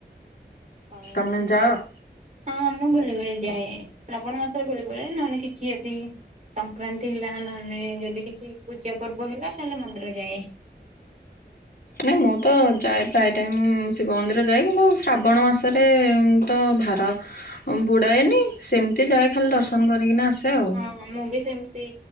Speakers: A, on the right (about 40°); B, on the left (about 55°).
A: ଆଉ
B: ତମେ
A: ଆମେ
B: ଯାଅ?
A: ଯାଉ। ହଁ, ମୁଁ ବେଳେ ବେଳେ ଯାଏ। ଶ୍ରାବଣ ମାସରେ ବେଳେ ବେଳେ, ନହେଲେ କିଛି ଯଦି ସଂକ୍ରାନ୍ତି ହେଲା ନହେଲେ ଯଦି କିଛି ପୂଜା ପର୍ବ ହେଲା ତାହେଲେ ମନ୍ଦିର ଯାଏ।
B: ନାଇଁ ମୁଁ ତ ଯାଏ ପ୍ରାୟ ଟାଇମ ଶିବ ମନ୍ଦିର ଯାଏ। କିନ୍ତୁ ଶ୍ରାବଣ ମାସରେ ତ ଭାର ବୁଡାଏ ନି ସେମିତି ଯାଏ ଖାଲି ଦର୍ଶନ କରିକିନା ଆସେ। ଆଉ।
A: ହଁ, ମୁଁ ବି ସେମିତି